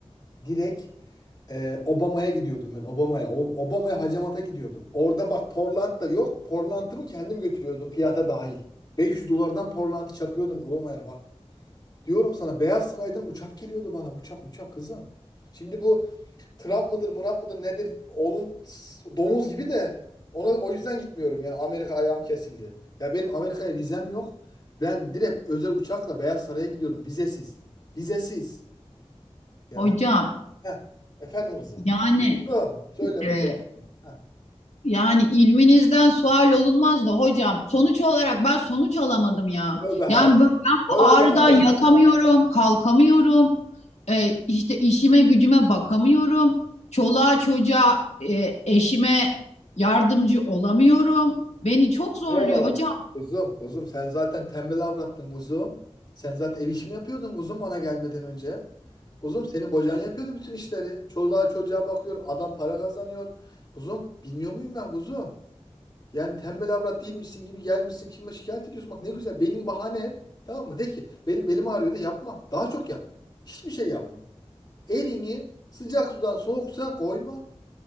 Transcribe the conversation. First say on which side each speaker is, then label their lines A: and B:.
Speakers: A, on the left (about 35°); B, on the left (about 85°).
A: Direkt e, Obama'ya gidiyordum ben. Obama'ya. O- Obama'ya hacamata gidiyordum. Orada bak Portland da yok. Portland'ımı kendim götürüyordum. Fiyata dahil. 500 dolardan Portland'ı çakıyordum Obama'ya bak. Diyorum sana Beyaz Saray'dan uçak geliyordu bana. Uçak uçak kızım. Şimdi bu Trump mıdır, Murat mıdır nedir? Onun s- domuz gibi de ona o yüzden gitmiyorum. Yani Amerika ayağım kesildi. Ya benim Amerika'ya vizem yok. Ben direkt özel uçakla Beyaz Saray'a gidiyordum vizesiz. Vizesiz. Yani
B: Hocam
A: heh. Efendim kızım.
B: yani
A: Kızım, Söyle uzun.
B: e,
A: Heh.
B: yani ilminizden sual olunmaz da hocam sonuç olarak ben sonuç alamadım ya.
A: Öbe haca.
B: Yani ben ben
A: Öbe
B: bu ağrıdan
A: haca.
B: yatamıyorum, kalkamıyorum. e, işte işime gücüme bakamıyorum. Çoluğa çocuğa e, eşime yardımcı olamıyorum. Beni çok zorluyor
A: Yo,
B: hocam.
A: kuzum, kuzum sen zaten tembel avrattın kuzum. Sen zaten ev işimi yapıyordun kuzum bana gelmeden önce. Kuzum senin kocan yapıyordu bütün işleri. Çoluğa çocuğa bakıyor, adam para kazanıyor. Kuzum bilmiyor muyum ben kuzum? Yani tembel avrat değilmişsin gibi gelmişsin kime şikayet ediyorsun. Bak ne güzel belini bahane et. Tamam mı? De ki benim belim ağrıyor de yapma. Daha çok yapma. Hiçbir şey yapma. Elini sıcak sudan soğuk suya koyma.